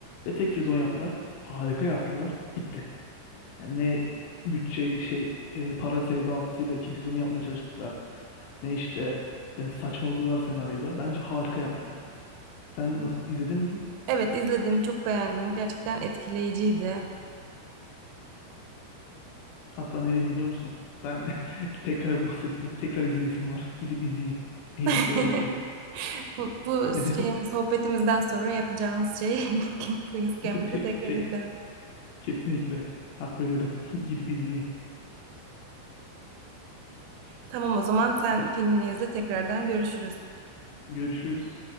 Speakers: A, on the left; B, on the right.
A: Ve tek sezon yaptılar. Harika yaptılar. Bitti. Yani ne bütçe şey e, para sevdasıyla ikinci sezonu yapmaya çalıştılar. Ne işte e, saçmaladılar senaryoda. Bence harika yaptılar. Sen nasıl izledin mi?
B: Evet izledim, çok beğendim. Gerçekten etkileyiciydi.
A: Hatta ne diyeyim biliyor musun? Ben <laughs> tekrar bu sezon, tekrar izleyesim var. Gidip izleyeyim. En
B: <laughs>
A: iyisi öyle yapayım.
B: Bu, bu
A: Neden?
B: şeyimiz, sohbetimizden sonra yapacağımız şey <laughs> Queen's Gambit'i
A: <laughs> Tek,
B: tekrar
A: tek.
B: izlemek.
A: Kesinlikle. Hak veriyorum. <laughs> Gidip izleyeyim.
B: Tamam o zaman sen filmini izle, tekrardan görüşürüz.
A: Görüşürüz.